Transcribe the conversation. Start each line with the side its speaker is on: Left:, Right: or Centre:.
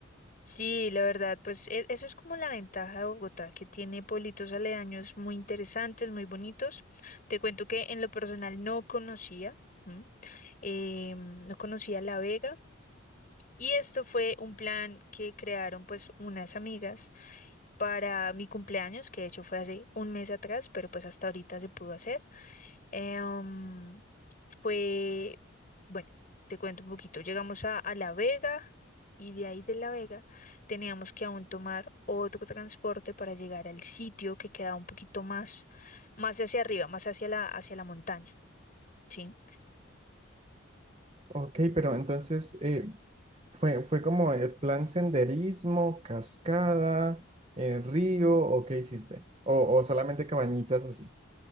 Left: Sí, la verdad, pues e- eso es como la ventaja de Bogotá, que tiene pueblitos aledaños muy interesantes, muy bonitos. Te cuento que en lo personal no conocía. eh, no conocía La Vega y esto fue un plan que crearon pues unas amigas para mi cumpleaños, que de hecho fue hace un mes atrás, pero pues hasta ahorita se pudo hacer. Eh, um, fue, bueno, te cuento un poquito, llegamos a, a La Vega. Y de ahí de La Vega teníamos que aún tomar otro transporte para llegar al sitio que quedaba un poquito más, más hacia arriba, más hacia la, hacia la montaña, ¿sí?
Right: Ok, pero entonces eh, fue, fue como el plan senderismo, cascada, eh, río, ¿o qué hiciste? O, o solamente cabañitas así.